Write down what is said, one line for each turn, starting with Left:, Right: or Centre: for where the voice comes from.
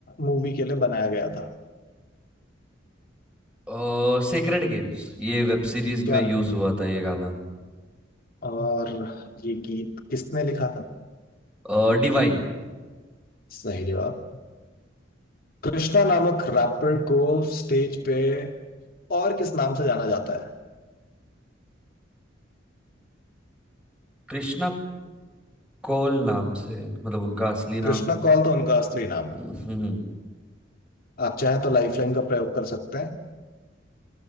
Left: मूवी के लिए बनाया गया था
Centre: और सेक्रेड गेम्स ये वेब सीरीज
Left: क्या
Centre: में यूज हुआ था ये गाना
Left: और ये गीत किसने लिखा था
Centre: और डिवाइन
Left: सही जवाब कृष्णा नामक रैपर को स्टेज पे और किस नाम से जाना जाता है
Centre: कृष्णा कौल नाम से मतलब उनका असली
Left: कृष्णा
Centre: नाम
Left: कौल तो उनका असली नाम
Centre: हम्म,
Left: है आप चाहें तो लाइफलाइन का प्रयोग कर सकते हैं